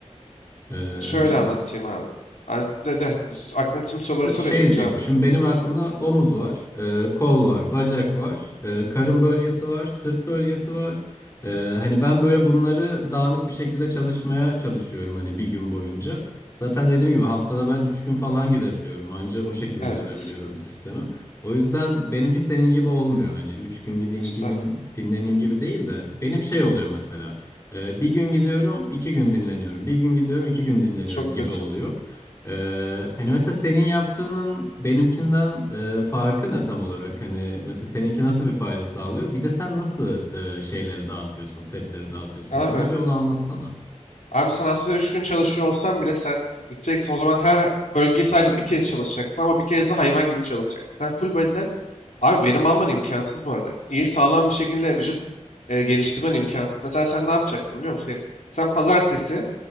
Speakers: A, on the left (about 25°); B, on the left (about 80°).
A: Ee,
B: Şöyle
A: hani.
B: anlatayım abi. Ha, De, de. Aklındaki tüm soruları sor
A: Şey
B: hepsini
A: diyecektim.
B: cevaplayayım.
A: Şimdi benim aklımda omuz var, e, kol var, bacak var, e, karın bölgesi var, sırt bölgesi var. E, hani ben böyle bunları dağınık bir şekilde çalışmaya çalışıyorum hani bir gün boyunca. Zaten dediğim gibi haftada ben 3 gün falan gidebiliyorum. Anca o şekil uydurabiliyorum
B: Evet.
A: sistemi. O yüzden benimki senin gibi olmuyor. Hani 3 gün gideyim
B: İşte
A: 2 gün dinleneyim gibi değil de. Benim şey oluyor mesela. e, bir gün gidiyorum 2 gün dinleniyorum. Bir gün gidiyorum 2 gün dinleniyorum
B: çok
A: gibi
B: kötü.
A: oluyor. Ee, hani mesela senin yaptığının benimkinden e, farkı ne tam olarak? Hani mesela seninki nasıl bir fayda sağlıyor? Bir de sen nasıl e, şeyleri dağıtıyorsun, setleri dağıtıyorsun?
B: Abi,
A: Bana bir onu anlatsana.
B: abi sen haftada 3 gün çalışıyor olsan bile sen gideceksin. O zaman her bölgeyi sadece bir kez çalışacaksın ama bir kez de hayvan gibi çalışacaksın. Sen full body'den abi verim alman imkansız bu arada. İyi sağlam bir şekilde vücut e, geliştirmen imkansız. Mesela sen ne yapacaksın biliyor musun? Diyelim, sen pazartesi,